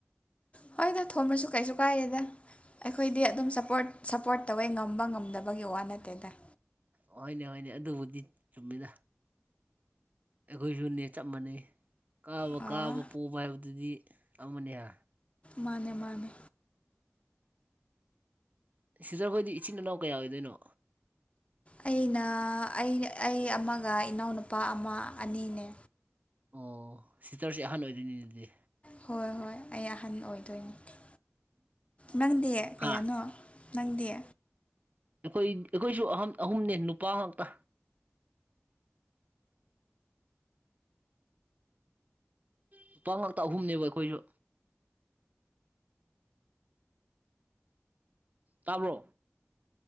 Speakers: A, on the left; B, on the right.
A: ꯍꯣꯏꯗ ꯊꯣꯝꯕꯁꯨ ꯀꯩꯁꯨ ꯀꯥꯏꯦꯗ ꯑꯩꯈꯣꯏꯗꯤ ꯑꯗꯨꯝ ꯁꯞꯄꯣꯔꯠ ꯁꯞꯄꯣꯔꯠ ꯇꯧꯋꯦ ꯉꯝꯕ ꯉꯝꯗꯕꯒꯤ ꯋꯥ ꯅꯠꯇꯦꯗꯏ
B: ꯍ‌ꯣꯏꯅꯦ ꯍ‌ꯣꯏꯅꯦ ꯑꯗꯨꯕꯨꯗꯤ ꯆꯨꯝꯃꯤꯗ ꯑꯩꯈꯣꯏꯁꯨꯅꯦ ꯆꯞ ꯃꯥꯟꯅꯩ ꯀꯥꯕ
A: ꯑꯥ
B: ꯀꯥꯕ ꯄꯣꯕ ꯍꯥꯏꯕꯗꯨꯗꯤ ꯑꯃꯅꯦꯍꯥ
A: ꯃꯥꯅꯦ ꯃꯥꯅꯦ
B: ꯁꯤꯁꯇꯔꯈꯣꯏꯗꯤ ꯏꯆꯤꯟ ꯏꯅꯥꯎ ꯀꯌꯥ ꯑꯣꯏꯗꯣꯏꯅꯣ
A: ꯑꯩꯅ ꯑꯩ ꯑꯩ ꯑꯃꯒ ꯏꯅꯥꯎꯅꯨꯄꯥ ꯑꯃ ꯑꯅꯤꯅꯦ
B: ꯑꯣ ꯁꯤꯁꯇꯔꯁꯦ ꯑꯍꯥꯟ ꯑꯣꯏꯗꯣꯏꯅꯤ ꯑꯗꯨꯗꯤ
A: ꯍꯣꯏ ꯍꯣꯏ ꯑꯩ ꯑꯍꯟ ꯑꯣꯏꯗꯣꯏꯅꯦ ꯅꯪꯗꯤ ꯀꯌꯥꯅꯣ
B: ꯍꯥꯥ
A: ꯅꯪꯗꯤ
B: ꯑꯩꯈꯣꯏ ꯑꯩꯈꯣꯏꯁꯨ ꯑꯍ ꯑꯍꯨꯝꯅꯦ ꯅꯨꯄꯥ ꯉꯛꯇ ꯅꯨꯨꯄꯥ ꯉꯥꯛꯇ ꯑꯍꯨꯝꯅꯦꯕ ꯑꯩꯈꯣꯏꯁꯨ ꯇꯥꯕ꯭ꯔꯣ